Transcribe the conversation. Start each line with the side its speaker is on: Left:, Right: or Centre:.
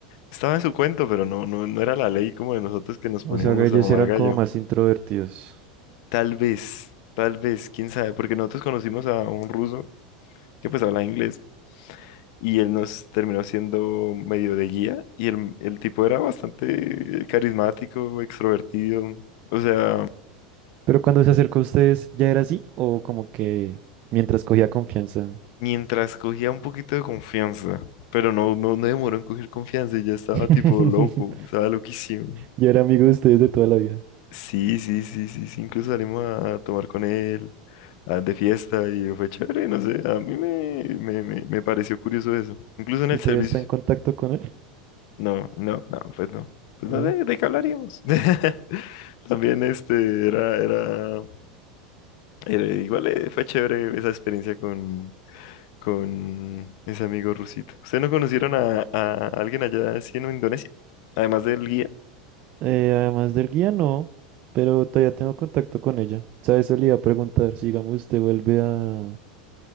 Left: Estaba en su cuento, pero no, no, no era la ley como de nosotros que nos
Right: O
Left: poníamos
Right: sea, que ellos
Left: a mamar
Right: eran
Left: gallo.
Right: como más introvertidos.
Left: Tal vez, tal vez, quién sabe, porque nosotros conocimos a un ruso que pues habla inglés y él nos terminó siendo medio de guía y el, el tipo era bastante carismático, extrovertido, o sea,
Right: Pero cuando se acercó a ustedes, ¿ya era así? ¿O como que mientras cogía confianza?
Left: mientras cogía un poquito de confianza, pero no, no, no demoró en coger confianza y ya estaba
Right: <laughs>
Left: tipo loco, estaba loquísimo.
Right: Ya era amigo de ustedes de toda la vida.
Left: Sí, sí, sí, sí, sí, incluso salimos a a tomar con él. ah, de fiesta y fue chévere, no sé, a mí me, me, me, me pareció curioso eso. Incluso en
Right: ¿Y
Left: el servicio,
Right: todavía está en contacto con él?
Left: no, no, no, pues no. Pues
Right: No.
Left: no de ¿de qué hablaríamos? <laughs> También este era, era, era igual eh, fue chévere esa experiencia con, con ese amigo rusito. ¿Ustedes no conocieron a, a alguien allá así en Indonesia? Además del guía.
Right: Eh, además del guía, no. Pero todavía tengo contacto con ella. ¿Sabes? Eso le iba a preguntar. Si, digamos, usted vuelve a,